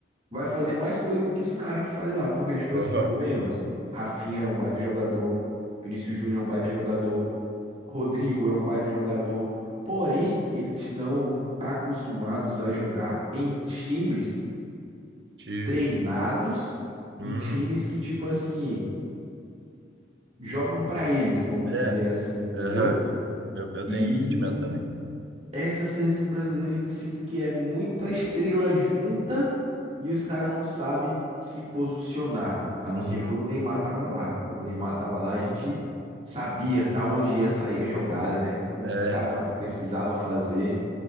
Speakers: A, on the right (about 35°); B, on the right (about 65°).
A: vai fazer mais coisa do que os caras que faz lá, porque, tipo
B: Aham.
A: assim, convenhamos, Rafinha é um baita jogador, Vinícius Júnior é um baita jogador, Rodrigo é um baita jogador, porém, eles estão acostumados a jogar em times
B: Te...
A: treinados
B: Hum.
A: e times que, tipo assim, jogam pra eles, vamos
B: É,
A: dizer assim, entendeu?
B: aham. Eu, eu
A: E
B: tenho esse sentimento também.
A: essa seleção brasileira ainda sinto que é muita estrela junta e os caras não sabem se posicionar. A não
B: Uhum.
A: ser quando o Neymar tava lá. Quando o Neymar tava lá, a gente sabia da onde ia sair a jogada, né? O
B: É,
A: que cada
B: sabe?
A: um precisava fazer.